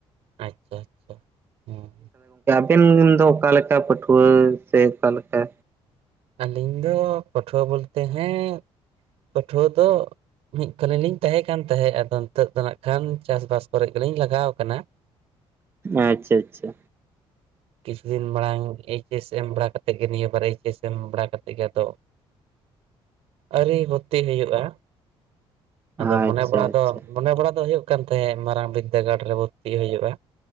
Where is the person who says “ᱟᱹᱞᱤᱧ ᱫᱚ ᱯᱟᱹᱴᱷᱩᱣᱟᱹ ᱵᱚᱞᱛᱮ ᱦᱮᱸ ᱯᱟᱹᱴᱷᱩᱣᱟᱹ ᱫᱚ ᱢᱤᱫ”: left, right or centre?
Right